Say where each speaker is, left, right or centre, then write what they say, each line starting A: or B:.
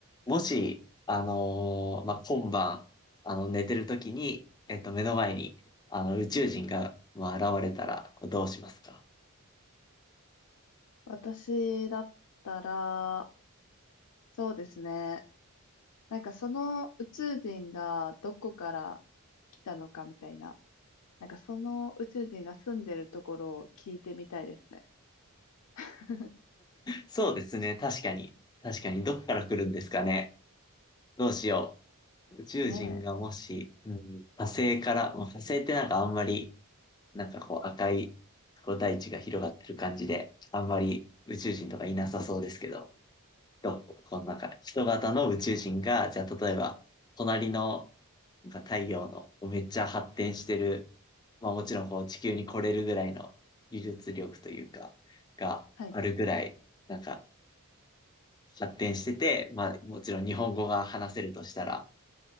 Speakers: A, on the left; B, on the left.
A: もし、あのーまあ、今晩、あの、寝てる時に、えっと、目の前に、あの、宇宙人が、まあ、現れたら、どうしますか
B: 私だったら、そうですね。なんかその宇宙人がどこから来たのかみたいな。なんかその宇宙人が住んでるところを聞いてみたいですね。<laughs>
A: そうですね。確かに。確かに。どっから来るんですかね。どうしよう。宇宙人がもし、
B: ねえ。
A: うん、火星から、まあ、火星ってなんかあんまり、なんかこう赤い、こう大地が広がってる感じで、あんまり宇宙人とかいなさそうですけど、どうこのなんか人型の宇宙人が、じゃあ例えば、隣の、なんか太陽のこうめっちゃ発展してる、まあもちろんこう地球に来れるぐらいの技術力というか、があるぐらい、
B: はい。
A: なんか発展してて、まあもちろん日本語が話せるとしたら、